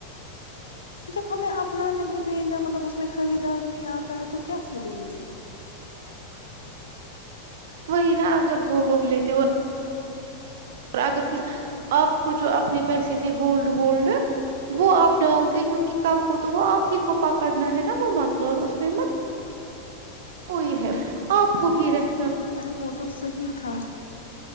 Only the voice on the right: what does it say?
وہی نا اگر وہ لوگ لیتے وہ اور اگر کچھ آپ کو جو اپنے پیسے تھے گولڈ وولڈ وہ آپ ڈالتے کیوںکہ کل کو تو وہ آپ ہی کو پکڑنا ہے نا وہ مکان اس میںئی ہے آپ کو ہی رہتا